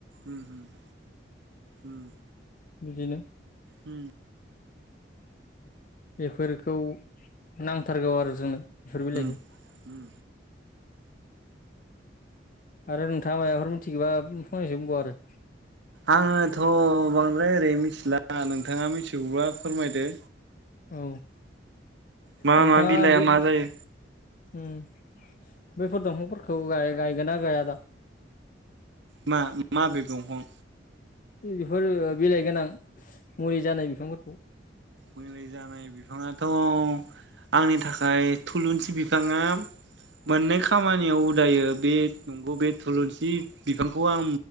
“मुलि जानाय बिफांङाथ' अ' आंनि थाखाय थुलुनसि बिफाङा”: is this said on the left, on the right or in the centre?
Right